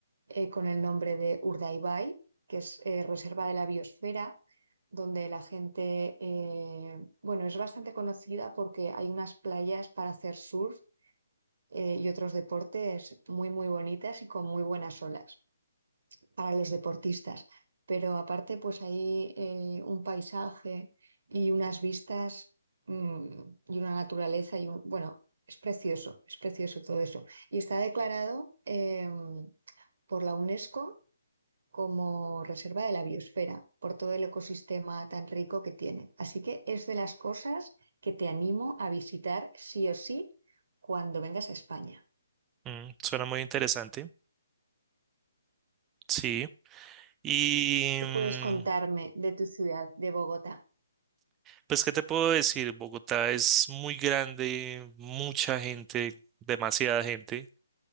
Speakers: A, on the right; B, on the right.
A: eh, con el nombre de Urdaibai, que es eh, Reserva de la Biosfera, donde la gente, eh, bueno, es bastante conocida porque hay unas playas para hacer surf eh, y otros deportes muy, muy bonitas y con muy buenas olas para los deportistas. Pero aparte, pues hay eh, un paisaje y unas vistas mm, y una naturaleza y un, bueno, es precioso, es precioso todo eso. Y está declarado em, por la UNESCO como reserva de la biosfera por todo el ecosistema tan rico que tiene. Así que es de las cosas que te animo a visitar sí o sí cuando vengas a España.
B: Mm, suena muy interesante. Sí. Y
A: ¿Qué
B: mm,
A: puedes contarme de tu ciudad, de Bogotá?
B: pues, ¿qué te puedo decir? Bogotá es muy grande, mucha gente, demasiada gente.